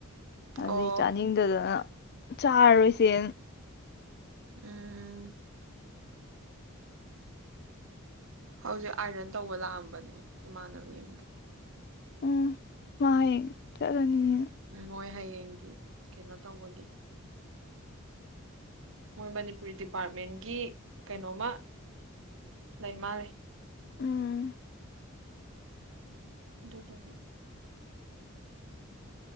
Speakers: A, on the left; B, on the right.
A: ꯑꯗꯨꯩ
B: ꯑꯣ
A: ꯆꯥꯅꯤꯡꯗꯗꯅ ꯆꯥꯔꯣꯏꯁꯦ
B: ꯎꯝ ꯎꯝ ꯍꯧꯖꯤꯛ ꯑꯥꯏꯔꯟ ꯇꯧꯕ ꯂꯥꯛꯑꯝꯕꯅꯦ ꯏꯃꯥꯟꯕꯤꯒꯤ
A: ꯎꯝ ꯃꯥ ꯆꯔꯅꯤ
B: ꯎꯝ ꯃꯣꯏ ꯍꯌꯦꯡꯒꯤ ꯀꯩꯅꯣ ꯇꯧꯕꯒꯤ ꯃꯣꯏ ꯃꯅꯤꯄꯨꯔꯤ ꯗꯤꯄꯥꯔꯠꯃꯦꯟꯒꯤ ꯀꯩꯅꯣꯃ ꯂꯩ ꯃꯥꯂꯦ
A: ꯎꯝ
B: ꯑꯗꯨ ꯑꯗꯨꯕꯤ